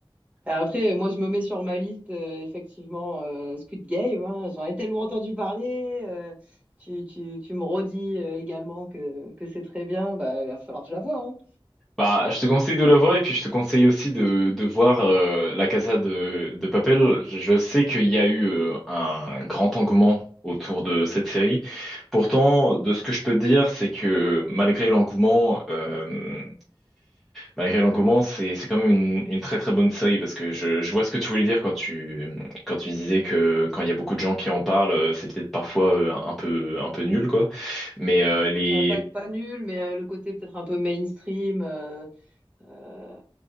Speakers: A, on the right; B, in the centre.
A: Euh, Après, moi, je me mets sur ma liste, euh, effectivement, euh, Squid Game. hein. J'en ai tellement entendu parler. euh, tu, tu, tu me redis euh, également que, que c'est très bien. Bah, il va falloir que je la voie. hein.
B: Bah, je te conseille de la voir et puis je te conseille aussi de, de voir euh, La Casa de, de Papel. Je je sais qu'il y a eu euh, un grand engouement autour de cette série. Pourtant, de ce que je peux dire, c'est que malgré l'engouement, euh, malgré l'engouement, c'est c'est quand même une, une très très bonne série parce que je, je vois ce que tu voulais dire quand tu quand tu disais que quand il y a beaucoup de gens qui en parlent, euh, c'est peut-être parfois euh, un peu un peu nul quoi. Mais euh, les
A: Bah, pas, pas nul, mais euh, le côté peut-être un peu mainstream. euh, euh,